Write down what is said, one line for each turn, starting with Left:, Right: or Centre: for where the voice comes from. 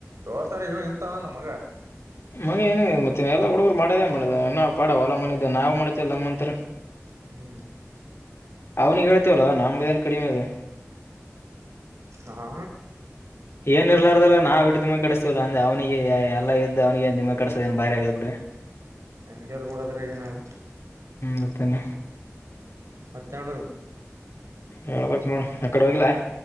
Right: ತೋತಾರೆ ಇವ ಇಂತವನ್ಲ್ಲ ಮಗ
Left: ಮಗ ಏನ ಮತ್ತ ಎಲ್ಲ ಹುಡುಗರು ಮಾಡ್ಯದೇ ಮಾಡ ಏನ ಪಾ ಹೊಲ ಮನಿದ್ದ ನಾವವು ಮಾಡ್ತೇಲ್ಲ ನಮ್ಮಂತತ್ರ
Right: ಹ್ಮ್
Left: ಅವ್ನಿಗೆ ಹೇಳ್ತೀವಲ್ಲ ನಂಬೇನ್ ಕಡಿಮೆ ಅದೆ
Right: ಹಾ
Left: ಏನ್ ಇರ್ಲಾರ್ದಲ್ಲ ನಾವವು ಇಟ್ಟು ದಿಮ್ಮ ಕಡಸ್ತಿವಲ್ಲ ಅಂದ ಅವನಿಗೆ ಎಲ್ಲ ಇದ್ದ ಅವನಿಗೆಂದಿಮ ಕಡಸೋದ ಏನ್ ಭಾರಿ ಆಗ್ಯಾದ ಬಿ್ರ
Right: ಹಂಗೆ ಅದ ಬಿಡ ಅದ್ರಾಗ ಏನದ
Left: ನಂತನ
Right: ಮತ್ತನಳ್ಳದು
Left: ಹಳ್ಬತ್ ಮೂಡ್ ಅಕಡೆ ಹೋಗಲಾ